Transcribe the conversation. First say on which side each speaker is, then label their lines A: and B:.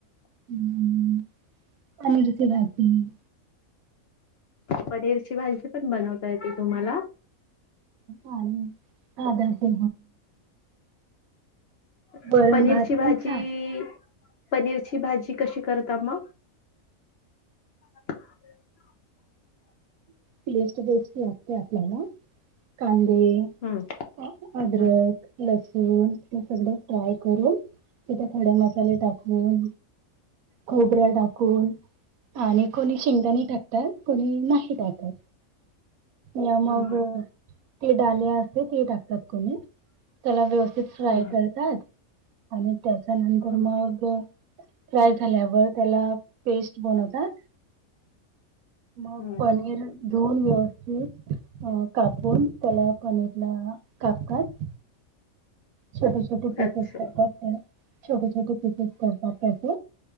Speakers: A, on the right (about 85°); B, on the left (about 55°).
A: हम्, आणि रती रातीऽ
B: पनीरची भाजी पण बनवता येते तुम्हाला?
A: आ आ ते,
B: अच्छा,
A: वरण
B: पनीरची
A: भात
B: भाजी
A: पण छानऽ
B: पनीरची भाजी कशी करता मग? स
A: पेस्ट बेस् असते आपल्याला,,, कांदेऽ
B: हम्म
A: अ आ्द्रक
B: हम्म
A: ऽ लसूण, हे सगळे फ्राय करून,, तिथे खडे मसाले टाकूनऽ खोबऱ्या टाकून आणि कोणी शेंगदाणी टाकतात कोणी नाही टाकतात या मग
B: हम्म
A: ती डाली असते ते टाकतात कोणी त्याला व्यवस्थित फ्राय
B: हम्म
A: करतात आणि त्याच्यानंतर
B: हम्म हम्म हम्म
A: मग फ्राय झाल्यावर त्याला पेस्ट बनवतात मग
B: हम्म
A: पनीर दोन व्यवस्थित अ कापून त्याला पनीरला कापतात छोट छट पिकस
B: अच्छा
A: करतात ोट छोट पिकस करतात